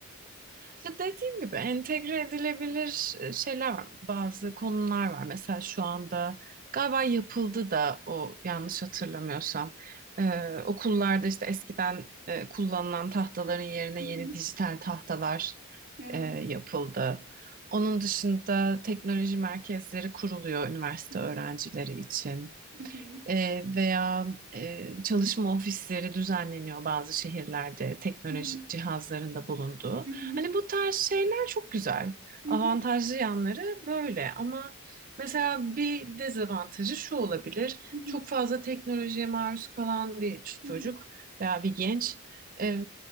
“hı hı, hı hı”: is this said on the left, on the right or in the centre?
Right